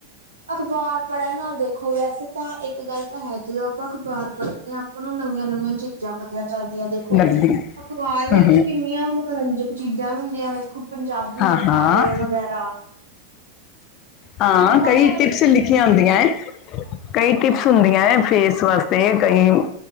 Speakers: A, on the right; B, on the left.
A: ਅਖ਼ਬਾਰ ਪੜਨ ਨਾਲ ਦੇਖੋ ਵੈਸੇ ਤਾਂ ਇੱਕ ਗੱਲ ਤਾਂ ਹੈ ਜਦੋਂ ਆਪਾਂ ਅਖ਼ਬਾਰ ਪੜਦੇ ਆ ਤੁਆਨੁੰ ਨਵੀਆਂ-ਨਵੀਆਂ ਚੀਜ਼ਾਂ ਪਤੀਆਂ ਚੱਲਦੀਆਂ ਦੇਖੋ
B: ਲੱਗਦੀ ਹੈ
A: ਅਖ਼ਬਾਰ ਵਿੱਚ
B: ਹੂੰ ਹੂੰ
A: ਕਿੰਨੀਆਂ ਮਨੋਰੰਜਕ ਚੀਜ਼ਾਂ ਹੁੰਦੀਆਂ ਵੇਖੋ ਪੰਜਾਬੀ
B: ਹਾਂ
A: ਰਸਾਲੇ
B: ਹਾਂ
A: ਵਗੈਰਾ
B: ਹਾਂ
A: ਬੋਹਤ
B: ਕਈ ਟਿਪਸ ਲਿਖੀਆਂ ਹੁੰਦੀਆਂ ਐ, ਕਈ ਟਿਪਸ ਹੁੰਦੀਆਂ ਐ ਫੇਸ ਵਾਸਤੇ ਕਈ